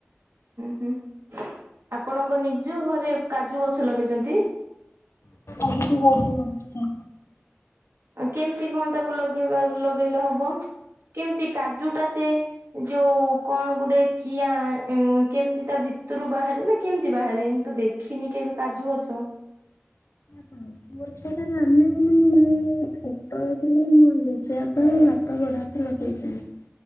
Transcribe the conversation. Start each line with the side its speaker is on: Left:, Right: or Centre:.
Right: ହୁଁ ଆପଣଙ୍କ ନିଜ ଘରେ କାଜୁ ଗଛ ଲଗେଇଛନ୍ତି।
Left: ଆ କି କଛ ଅବସ୍ଥା।
Right: ଆ କେମିତି କଣ ତାକୁ ଲଗେଇବା ଲଗେଇଲେ ହବ କେମିତି କାଜୁ ଟା ସେ ଯୋଉ କଣ ଗୋଟେ କିଆ କେମିତି ତା ଭିତ ଭିତରୁ ବାହାରେ ନା କେମିତି ବାହାରେ ଏମି ତ ଦେଖିନି କେବେ କାଜୁ ଗଛ
Left: ପାଞ୍ଚ ବଛ ଟ ଆମେ ମାନେ ଛୋଟ ହେଇଥିଲି ମଞଜି ଯିବା ପାଇଁ ଭାତ ଗଡା ତ ଲଗେଇଛନ୍ତିଣି।